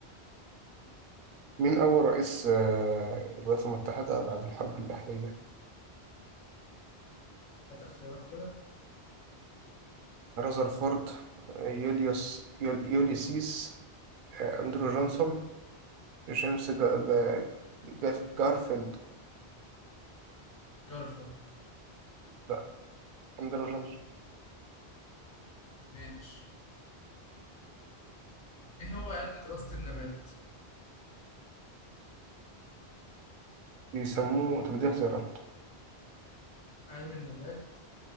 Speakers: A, on the right; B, on the left.
A: مين أول رئيس آه، الولايات المتحدة بعد الحرب الأهلية
B: هات اختيارات كده
A: رذرفورد آه، يوليوس يول- يوليسيس آه، أندرو جونسون جيمس جا- جا- جاف- جارفيلد
B: جارفيلد
A: لا أندرو جونسون
B: ماشي ايه هو علم دراسة النبات
A: بيسموه تبديل ذرة
B: علم النبات